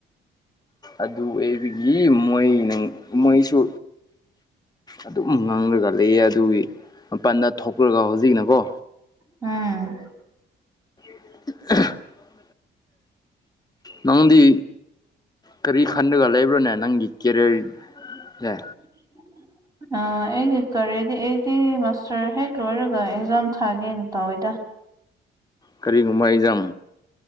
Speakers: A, on the left (about 20°); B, on the right (about 15°).
A: ꯑꯗꯨ ꯑꯩꯕꯒꯤ ꯃꯣꯏ ꯅꯪ ꯃꯣꯏꯁꯨ ꯑꯗꯨꯝ ꯉꯥꯡꯂꯒ ꯂꯩꯌꯦ ꯑꯗꯨꯒꯤ ꯃꯄꯥꯟꯗ ꯊꯣꯛꯔꯒ ꯍꯧꯖꯤꯛꯅꯀꯣ
B: ꯎꯝ
A: <unintelligible> ꯅꯪꯗꯤ ꯀꯔꯤ ꯈꯟꯗꯒ ꯂꯩꯕ꯭ꯔꯣꯅꯦ ꯅꯪꯒꯤ ꯀꯦꯔꯤꯌꯔ ꯁꯦ
B: <inaudible> ꯑ ꯑꯩꯒꯤ ꯀꯔꯤꯗꯤ ꯑꯩꯗꯤ ꯃꯥꯁꯇꯔ ꯍꯦꯛ ꯂꯣꯏꯔꯒ ꯑꯦꯛꯖꯥꯝ ꯊꯥꯒꯦꯅ ꯇꯧꯋꯤꯗ
A: ꯀꯔꯤꯒꯨꯝꯕ ꯑꯦꯛꯖꯥꯝ